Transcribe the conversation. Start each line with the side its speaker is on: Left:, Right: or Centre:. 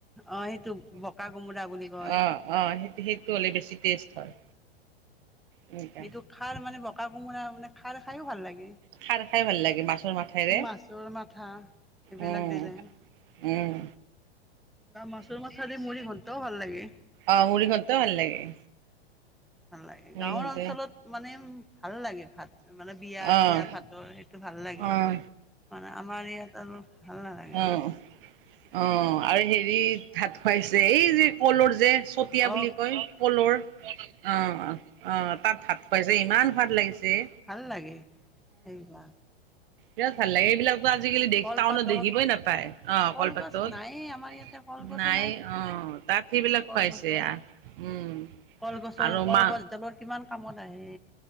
Centre: অ' সেইটো বকা কোমোৰা বুলি কওঁ।
Right: অ' অ' সেইটো সেইটো হ'লে বেছি টেষ্ট হয়। এনেকা
Centre: সেইটো সাৰ মানে বকা কোমোৰা মানে সাৰ খাইয়ো ভাল লাগে,
Right: খাৰ খাই ভাল লাগে মাছৰ মাথাৰে
Centre: মাছৰ মাঠা এইবিলাক
Right: উম
Centre: দিলে
Right: উম।
Centre: বা মাছৰ মাঠা দি মূৰিঘন্টও ভাল লাগে।
Right: অ' মূৰিঘণ্টাও ভাল লাগে।
Centre: ভাল লাগে
Right: মুৰি
Centre: গাওঁৰ
Right: ঘন্ট
Centre: অঞ্চলত মানে ভাল লাগে ভাত। মানে বিয়া
Right: অঁ
Centre: চিয়া ভাতৰ সেইটো ভাল লাগে
Right: অঁ
Centre: মানে আমাৰ ইয়াত আৰু ভাল নালাগে।
Right: অ' অ' আৰু হেৰি ভাত খুৱাইছে এই যে কলৰ যে চতিয়া
Centre: অ
Right: বুলি কয় কলৰ অ' অ' তাত ভাত খুৱাইছে ইমান খোৱাদ লাগিছে। দে।
Centre: ভাল লাগে সেইবা
Right: বিৰাত ভাল লাগে, সেইবিলাকতো আজিকালি দেখিব
Centre: কলপাতত
Right: টাউনত দেখিবই নাপায় অ
Centre: কলগছ
Right: কলপাতত
Centre: নায়েই আমাৰ ইয়াতে কলগছে
Right: নাই অঁ তাত সেইবিলাক
Centre: কলগছৰ
Right: খুৱাইছে। উম
Centre: কলগছৰ
Right: আৰু
Centre: কলগছডালৰ
Right: মা
Centre: কিমান কামত আহে।